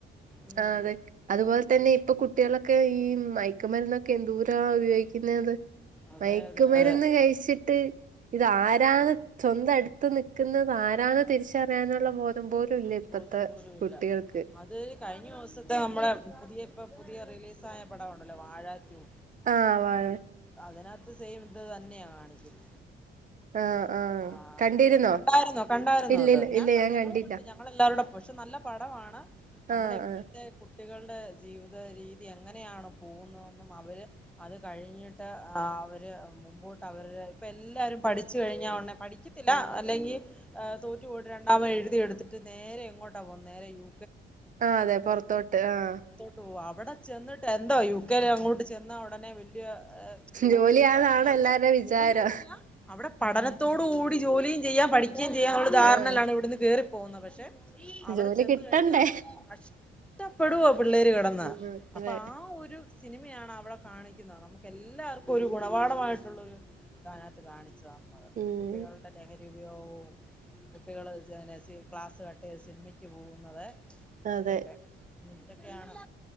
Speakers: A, in the centre; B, on the right.
A: ഉം
B: ആ അതെ അതുപോലെ തന്നെ ഇപ്പൊ കുട്ടികളൊക്കെ ഈ മൈ യക്ക്‌ മരുന്നൊക് എന്തൂരാ ഉപയോഗിക്കുന്നേത്.
A: അതെ
B: മയക്കുമരുന്ന്
A: അതെ അതെ
B: കഴിച്ചിട്ട് ഇത് ആരാണ് സ്വന്തം അടുത്ത് നിക്കുന്ന താരന്ന് തിരിച്ചറിയാനുള്ള ബോധം പോലും ഇല്ല
A: പ്പം പോലൂല്ല
B: കുട്ടികൾക്ക്
A: അത് കഴിഞ്ഞ ദിവസത്തെ നമ്മുടെ പുതിയപ്പ പുതിയ റിലീസായ പടവാണല്ലോ വാഴ റ്റു
B: ആ വാഴ
A: അതിനകത്ത് സെയിം ഇത് തന്നെയ കാണിക്കല്
B: ആഹ് ആഹ്
A: ആഅഹ്
B: കണ്ടിരുന്നോ
A: കണ്ടായിരുന്നോ കണ്ടായിരുന്നോ
B: ഇല്ലില്ല
A: അത് ഞാൻ
B: ഇല്ല
A: ഞങ്ങള്
B: കണ്ടില്ല
A: കണ്ടു ഞങ്ങളെല്ലാരോടെ പോയി പക്ഷെ നല്ല പടമാണ് നമ്മുടെ
B: ആഹ്
A: ഇപ്പഴത്തെ
B: ആഹ്
A: കു- കുട്ടികളുടെ ജീവിത രീതി എങ്ങനെയാണ് പോകുന്നതൊന്നും അവര് അത് കഴിഞ്ഞി- ട്ട് അവര് മുമ്പോട്ട് അവര് ഇപ്പ എല്ലാരും പഠിച്ചു കഴിഞ്ഞാ ഒടനെ പഠിക്കത്തില്ല അല്ലെങ്കി അ തോറ്റുപോയിട്ട് രണ്ടാമ ത്എഴുതിയെടുത്തിട്ട് നേരെ എങ്ങോട്ടാപോവുന്നെ നേരെ യൂ
B: ആ അതെ പൊറത്തോട്ട് ആഹ്
A: തൊട്ട് അവടെ ചെന്നിട്ട് എന്തോ യു കെല് അങ്ങോട്ട് ചെന്ന ഉടനെ വി - ജോ ഒ ജോലി
B: ജോലിയാന്നാണ്
A: കിട്ടും അല്ലെങ്കി അവടെ
B: എല്ലാരുടെ വിചാരം
A: ജോലിന്നല്ല അവടെ പഠനത്തോടു കൂടി ജോലിയും ചെയ്യാൻ പഠി ഇനി എന്ത് ചെയ്യാ അവള് ധാരണ
B: ആഹ്
A: ഇല്ലാണ്ട് ഇവിടുന്ന് കേറി പോന്ന പക്ഷെ അവിടെ
B: ജോലി
A: ചെന്ന്‌
B: കിട്ടണ്ടേ
A: കഴിഞ്ഞാ കഷ്ട്ട പ്പെടോം രു കിടന്ന
B: ഉം അതെ
A: അപ്പൊ ആ ഒരു സിനിമയാണ് അവിടെ കാണിക്കുന്നത്. നമുക്ക് എല്ലാർക്കു ഒരു ഗുണപഠമായിട്ടുള്ളൊരു സ്ഥാനത്ത് കാണിച്ചതാണ്. അതെ
B: ഉം
A: കുട്ടികളുടെലഹ ദിവിഔ കുട്ടികള് സന ക്ലാസ് കട്ടയ്തു സിനിമയ്ക്ക് പോകുന്നത്
B: അതെ
A: ഇതൊക്കെ ഉം ഇതൊക്കെയാണ്